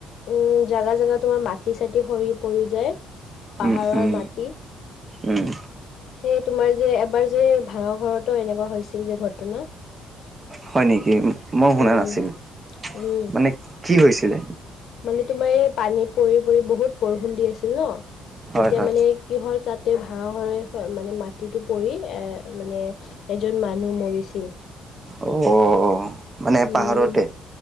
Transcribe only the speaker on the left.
উম জাগা জেগা তোমাৰ মাটি চাটি সৰি পৰি যায়। পাহাৰৰ
মাটি
সেই তোমাৰ যি এবাৰ যে ভাঙৰ ঘৰতো এনেকুৱা হৈছিল যে ঘটনা।
উম
উম
মানে তোমাৰ এই পানী পৰি পৰি বহুত বৰষুণ দি আছিল ন
তেতিয়া
মানে। কি হ'ল তাতে ভাঁহ ঘৰে মানে মাটিটো পৰি এ মানে। এজন মানুহ মৰিছিল।
উম